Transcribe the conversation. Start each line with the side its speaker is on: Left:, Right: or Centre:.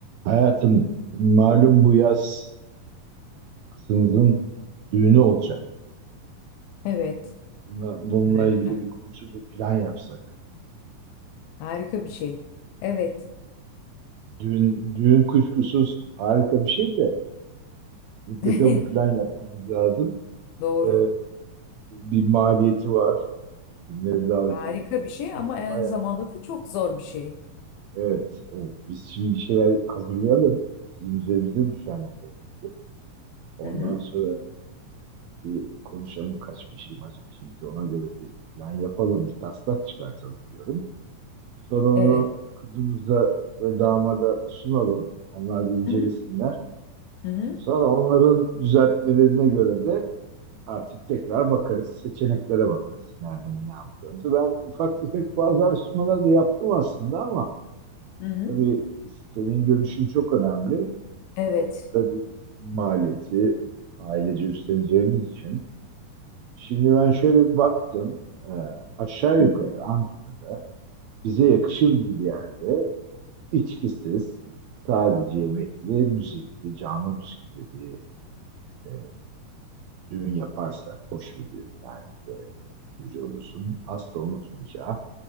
Right: Hayatım malum bu yaz kızımızın düğünü olacak.
Left: Evet.
Right: Bununla, bununla
Left: Harika.
Right: ilgili bir konuşup bir plan yapsak.
Left: Harika bir şey. Evet.
Right: Düğün, düğün kuşkusuz harika bir şey de mutlaka
Left: <laughs>
Right: bir plan yapmamız lazım.
Left: Doğru.
Right: Ee, bir maliyeti var. Kimleri davet
Left: Harika
Right: edeceğiz?
Left: bir şey ama
Right: Baya,
Left: aynı
Right: baya,
Left: zamanda da çok zor bir şey.
Right: evet, evet. Biz şimdi bir şeyler hazırlayalım. Bizim üzerimize düşen bir görev bu. Ondan
Left: Hı hı.
Right: sonra bir konuşalım kaç kişi, kaç kişi biz ona göre bir plan yapalım, bir taslak çıkartalım diyorum. Sonra onu
Left: Evet.
Right: kızımıza ve damada sunalım. Onlar bir incelesinler.
Left: Hı hı. Hı hı.
Right: Sonra onların düzeltmelerine göre de artık tekrar bakarız. Seçeneklere bakarız. Nereden ne yapacağımızı. Ben ufak tefek bazı araştırmalar da yaptım aslında ama
Left: Hı hı.
Right: tabii senin görüşün çok önemli.
Left: Evet.
Right: Sonuçta bir maliyeti ailece üstleneceğimiz için. Şimdi ben şöyle bir baktım. Ee, aşağı
Left: Hı
Right: yukarı
Left: hı.
Right: Ankara'da bize yakışır bir yerde İçkisiz, sadece yemekli, müzikli, canlı müzikli bir e, düğün yaparsak, hoş bir düğün yani böyle çocuğumuzun asla unutmayacağı